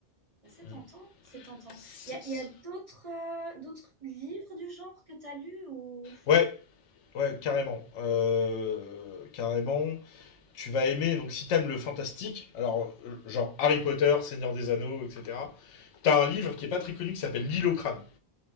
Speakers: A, on the right; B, on the left.
A: bah, c'est
B: Mm.
A: tentant, c'est tentant.
B: C'est-
A: Il y a,
B: c'est-
A: il y a d'autres euh, d'autres livres du genre que tu as lus ou...
B: Ouais, ouais, carrément. Euh, carrément. Tu vas aimer, donc si t'aimes le fantastique, alors euh, genre Harry Potter, Seigneur des Anneaux, etc. T'as un livre qui est pas très connu qui s'appelle L'île au crâne.